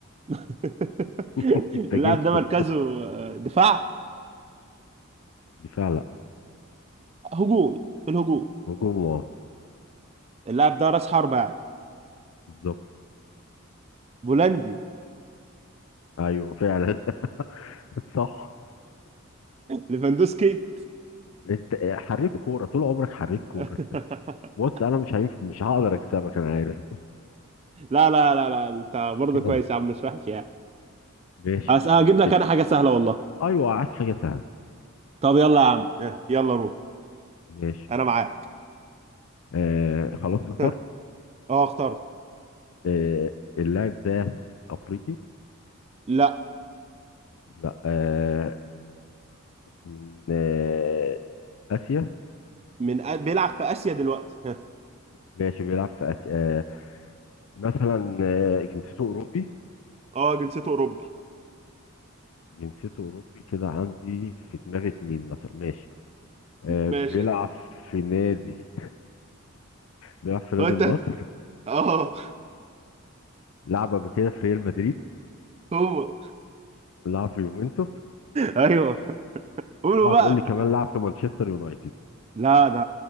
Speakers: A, on the right; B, on the left.
A: <laughs>
B: <laughs> انت
A: اللاعب
B: جبته
A: ده مركزه
B: <laughs>
A: آه، دفاع
B: دفاع لا
A: هجوم في الهجوم
B: هجوم اه
A: اللاعب ده راس حربة يعني
B: بالظبط
A: بولندي
B: ايوه فعلا <laughs> صح
A: <laughs> ليفاندوسكي
B: انت حريف كوره طول عمرك حريف
A: <laughs>
B: كوره بص انا مش هينف... مش هقدر اكسبك انا عارف
A: لا لا لا لا انت برضه
B: <clears throat>
A: كويس يا
B: <laughs>
A: عم مش وحش يعني
B: ماشي
A: هس- هجيب لك
B: اسم
A: انا حاجة سهلة والله
B: ايوه عايز حاجه سهله
A: طب يلا يا عم يلا روح
B: ماشي
A: انا معاك
B: آه خلاص اخترت
A: <laughs> اه اخترت
B: آه اللاعب ده افريقي
A: لا
B: لا آه من آه اسيا
A: من أ- بيلعب في اسيا دلوقتي
B: ماشي بيلعب في اسيا آه مثلا آه جنسيته اوروبي
A: اه جنسيته اوروبي
B: جنسيته اوروبي كده عندي في دماغي اتنين مثلا ماشي آه
A: ماشي
B: بيلعب في نادي بيلعب في نادي
A: هو انت
B: النصر
A: هت- اه
B: لعب قبل كده في ريال مدريد
A: هو
B: لعب في يوفنتوس
A: ايوه قولوا
B: اوعى تقول
A: بقى
B: لي كمان لعب في مانشستر يونايتد
A: لا ده